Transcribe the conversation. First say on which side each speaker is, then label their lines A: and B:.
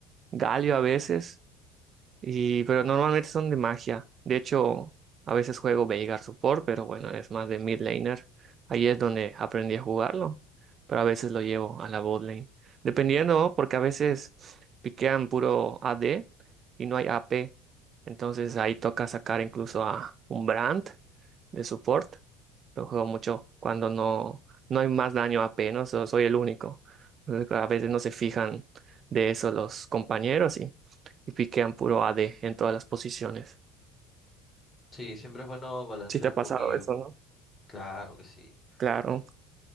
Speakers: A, on the right; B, on the left.
A: Galio a veces. Y, pero normalmente son de magia. De hecho, a veces juego Veigar Support, pero bueno, es más de mid laner. Ahí es donde aprendí a jugarlo. Pero a veces lo llevo a la bot lane. Dependiendo, porque a veces piquean puro AD y no hay AP. Entonces ahí toca sacar incluso a un Brand de support. Lo juego mucho cuando no, no hay más daño AP, ¿no? So- soy el único. Entonces, A veces no se fijan de eso los compañeros y piquean puro AD en todas las posiciones.
B: Sí, siempre es bueno balancear
A: Sí te
B: un
A: ha pasado
B: poquillo,
A: eso, ¿no?
B: claro que sí.
A: Claro,